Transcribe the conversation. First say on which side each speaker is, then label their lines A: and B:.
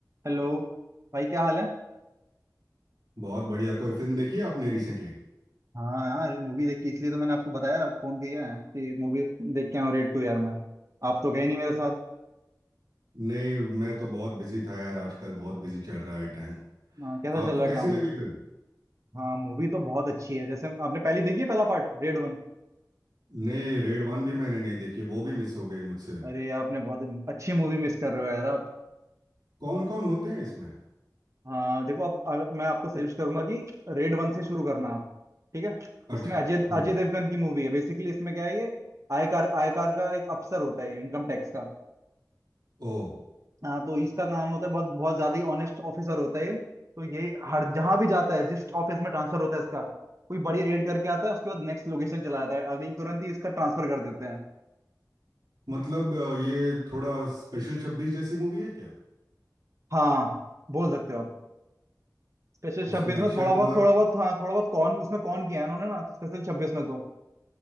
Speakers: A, on the right; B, on the right.
A: Hello भाई क्या हाल है
B: बहुत बढ़िया कोई फिल्म देखी है आपने रिसेंटली
A: हाँ यार मूवी देख के इसलिए तो मैंने आपको बताया फोन किया है कि मूवी देख के आऊँ रेड टू यार मैं आप तो गए नहीं मेरे साथ
B: नहीं मैं तो बहुत बिजी था यार आजकल बहुत बिजी चल रहा है टाइम
A: हाँ, कैसा
B: आपको
A: चल रहा काम
B: कैसी लगी फिल्म
A: हाँ मूवी तो बहुत अच्छी है जैसे आपने पहली देखी है पहला पार्ट रेड वन
B: नहीं रेड वन भी मैंने नहीं देखी वो भी मिस हो गई मुझसे
A: अरे आपने बहुत अच्छी मूवी मिस कर रहे हो यार आप
B: कौन कौन होते हैं इसमें
A: हाँ देखो आप अगर- मैं आपको सजेस्ट करूंगा कि रेड वन से शुरू करना आप ठीक है
B: अच्छा
A: इसमें अजय
B: हाँ
A: अजय देवगन की मूवी है बेसिकली इसमें क्या है ये आयकार आयकार का एक अफसर होता है इनकम टैक्स का
B: ओ
A: हाँ तो इसका काम होता है बहुत बहुत ज्यादा ही ऑनेस्ट ऑफिसर होता है ये। तो ये हर जहां भी जाता है जिस ऑफिस में ट्रांसफर होता है इसका कोई बड़ी रेड करके आता है उसके बाद नेक्स्ट लोकेशन चला जाता है अगली तुरंत ही इसका ट्रांसफर कर देते हैं
B: मतलब अ, ये थोड़ा स्पेशल छब्बीस जैसी मूवी है क्या
A: हाँ बोल सकते हो आप स्पेशल
B: उसमें
A: छब्बीस
B: अक्षय
A: में थोड़ा
B: कुमार
A: बहुत थोड़ा बहुत हाँ थोड़ा बहुत कौन उसमें कौन किया है उन्होंने ना स्पेशल छब्बीस में तो